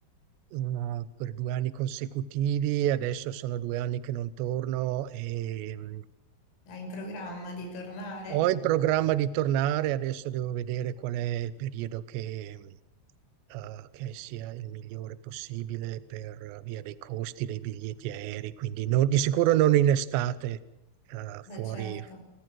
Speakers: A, on the right; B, on the left.
A: eh, per due anni consecutivi, adesso sono due anni che non torno e, mh,
B: Hai in programma di tornare?
A: ho in programma di tornare, adesso devo vedere qual è il periodo che, eh, che sia il migliore possibile per eh, via dei costi dei biglietti aerei, quindi no- di sicuro non in estate, eh, fuori.
B: Beh certo.